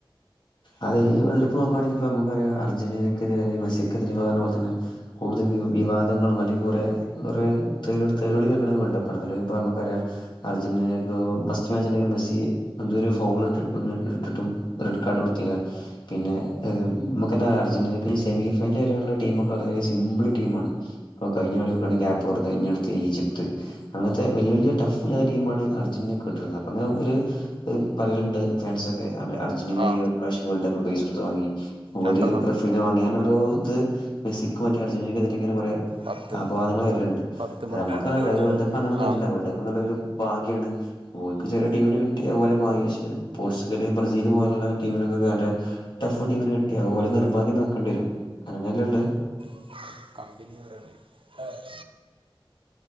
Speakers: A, on the left (about 60°); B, on the right (about 75°).
A: അതീ വേൾഡ് നോക്കുയാണെങ്കിലിപ്പം നമുക്കറിയാം അർജന്റീനക്കെതിരെ അല്ലെങ്കിൽ മെസ്സിക്കെതിരെ നിങ്ങളുപറഞ്ഞ പോലെ തന്നെ കൂടുതൽ വിവാദങ്ങളും അല്ലെങ്കിൽ കൊറെ ഒരേ തെറി തെറിവിളികേൾക്കണ വേൾഡ്കപ്പ്ണ്ഇപ്പ നമുക്കറിയാം അർജൻ ൻറീനഫസ്റ്റ് മാച്ചിലേക്കു മെസി <inaudible> എന്തൊരു ഫൗളിട്ടു പിന്നെയെടുത്തിട്ടും അതെടുക്കാനും പറ്റിയില്ല. പിന്നെ ഏ നമുക്കെന്ന അർജന്റീനക്ക് സെമി ഫൈനൽ വരെയുള്ള ടീമൊക്കെ വളരെ സിംമ്പിൾ ടീമാണ്. ഓക്ക കഴിഞ്ഞ ഞ്ഞ കളി കേപ്പ് ട്ത്ത് ഈജിപ്ത്ത് <inaudible> അങ്ങനത്തെ വലിയ വലിയ ടഫുള്ളടീമാണ് അർജന്റീനക്കു അപ്പ ങ്ങനൊരു ഒരുപാടുണ്ട് ഫാൻസ്. അർ അർജന്റീന
B: ആ
A: ഈ പ്രാവശ്യം വേൾഡുകപ്പ് പൈസ കൊടുത്തുവാങ്ങി ഓല്
B: രണ്ടെണ്ണം
A: റഫ് പിന്നെ വാങ്ങിയാനൊരിത് മെസ്സിക്കോ മറ്റേ അർജന്റീന ക്കെതിരെ യിങ്ങനെ പറയാം
B: പത്ത്
A: അപവാദങ്ങൾ വരലുണ്ട്
B: പത്ത്
A: അത്
B: പത്ത്
A: നമ്മക്കു വേൾഡ് കപ്പ് അങ്ങനെന്നുഅല്ല
B: ആ
A: വേൾഡ് കപ്പെന്നുള്ളയൊരു ഭാഗ്യ ണ്. ഓൽക്ക് ചെറിയടീമിനെ കിട്ടി. അഅ് ഓലെ ഭാഗ്യം. പക്ഷേ പോർച്ചുഗല്, ബ്രസീല് പോലെള്ള ടീമിനൊക്കെ <inaudible> ടഫ് ടീമിനെ കിട്ട്യാ ഓലെ നിർഭാഗ്യംന്ന് വെക്കണ്ടേരും., അതെന്നെല്ലെള്ളത്
B: <unintelligible> ആ <inaudible>